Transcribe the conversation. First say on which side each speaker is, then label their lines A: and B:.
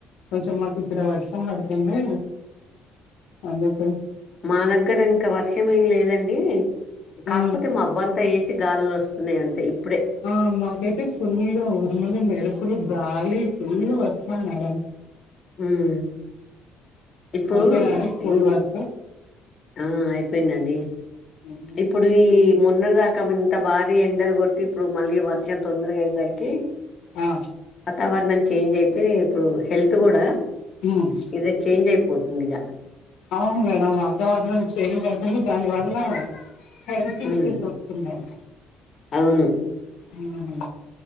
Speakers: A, on the left; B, on the left.
A: కొంచెం మాకు ఇక్కడ వర్షం పడుతుంది అందుకే
B: మా దగ్గర ఇంకా వర్షం ఏం లేదండి కాకపోతే
A: ఆ
B: మబ్బు అంతా వేసి గాలులు వస్తున్నాయి అంతే ఇప్పుడే
A: ఆ. మా కయితే ఫుల్ ఉరుములు, మెరుపులు ఫు గాలి ఫుల్ వర్షం మేడం
B: ఉమ్ ఇప్పుడు
A: అయిపోయిందాండి స్కూల్
B: ఇగో
A: వార్క్
B: ఆ అయిపోయిందండి.
A: ఉమ్.
B: ఇప్పుడు ఈ మొన్నటి దాకా ఇంత బాగా అది ఎండలు కొట్టి ఇప్పుడు మళ్ళీ వర్షం తొందరగా అయ్యేసరికి
A: ఆ
B: ఆ తర్వాత చేంజ్ అయితే ఇప్పుడు హెల్త్ కూడా
A: ఉమ్.
B: ఇదే చేంజ్ అయిపోతుంది ఇక
A: అవును మేడం వాతావరణం చేంజ్ అయిపోయి దాని వలన హెల్త్ ఇష్యూస్
B: ఉమ్
A: వస్తున్నాయ్.
B: అవును
A: మ్